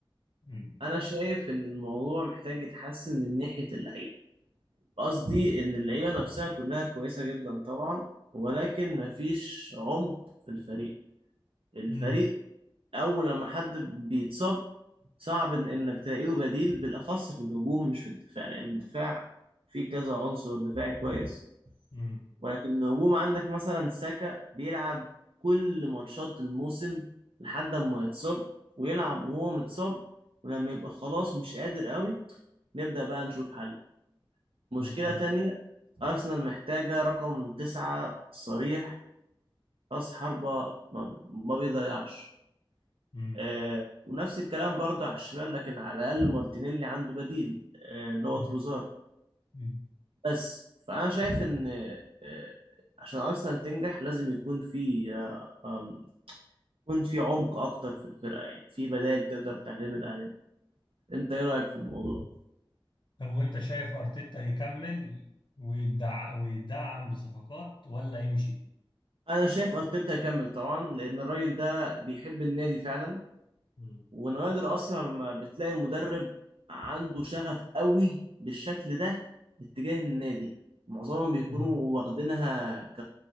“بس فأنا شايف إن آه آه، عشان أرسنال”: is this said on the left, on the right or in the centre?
Right